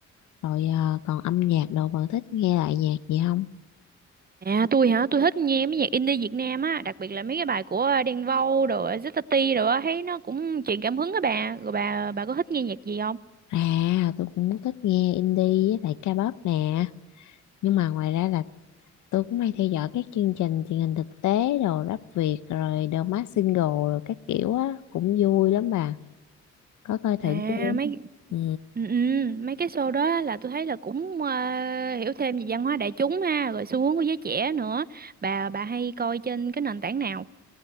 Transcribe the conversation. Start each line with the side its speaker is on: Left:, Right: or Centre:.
Left: rồi ờ, còn âm nhạc đồ bà thích nghe lại nhạc gì không
Right: À tôi hả, tôi thích nghe mấy nhạc indie Việt Nam á, đặc biệt là mấy cái bài của ờ, Đen Vâu rồi Zeta T rồi á, thấy nó cũng truyền cảm hứng á bà. Rồi bà bà có thích nghe nhạc gì không?
Left: à tôi cũng thích nghe indie với lại ca pop nè nhưng mà ngoài ra là tôi cũng hay theo dõi các chương trình truyền hình thực tế đồ rap Việt rồi The Masked Singer rồi các kiểu á cũng vui lắm bà có coi thử
Right: À
Left: chưa
Right: mấy
Left: ừ
Right: ừ, ừ, mấy cái show đó là tôi thấy là cũng ờ, hiểu thêm về văn hóa đại chúng ha, rồi xu hướng của giới trẻ nữa. Bà bà hay coi trên cái nền tảng nào?